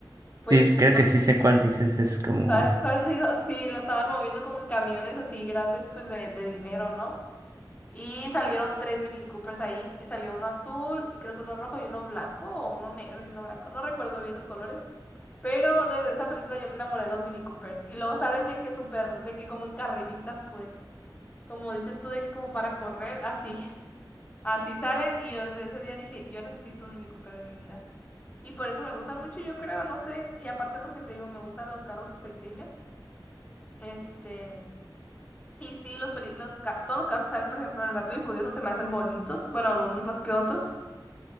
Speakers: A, on the left; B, on the right.
A: pues,
B: Sí, creo que sí sé cuál dices, es como...
A: ¿Sabes cuál digo? <laughs> Sí, lo estaban moviendo como en camiones así grandes, pues de, de dinero, ¿no? Y salieron tres Mini Coopers ahí. y Salió uno azul, y creo que uno rojo y uno blanco, o uno negro y uno blanco. No recuerdo bien los colores. Pero desde esa película yo me enamoré de los Mini Coopers. Y luego salen de que súper, de que como en carreritas, pues. Como dices tú, de que como para correr, así. <laughs> Así salen. Y yo desde ese día dije, yo necesito un Mini Cooper en mi vida. Y por eso me gustan mucho, yo creo, no sé. Y aparte porque te digo, me gustan los carros pequeños. Este. Y sí, los, peli- los ca- todos los casos que salen, por ejemplo, en Rápido y Furioso se me hacen bonitos. Bueno, algunos más que otros.